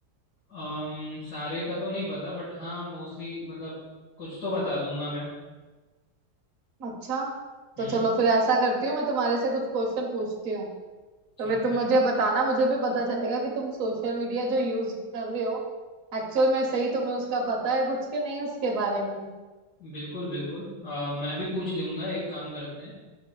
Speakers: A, on the left (about 70°); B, on the right (about 55°).
A: अम, सारे का तो नहीं पता बट हाँ मोस्टली मतलब कुछ तो बता दूंगा मैं
B: अच्छा
A: हम्म
B: तो चलो फिर ऐसा करती हूँ मैं तुम्हारे से कुछ क्वेश्चन पूछती हूँ
A: ठीक
B: तो फिर
A: है
B: तुम मुझे बताना मुझे भी पता चलेगा कि तुम सोशल मीडिया जो यूज कर रहे हो एक्चुअल में सही तुम्हें उसका पता है कुछ के नहीं उसके बारे में
A: बिल्कुल बिल्कुल अ, मैं भी पूछ लूंगा एक काम करते हैं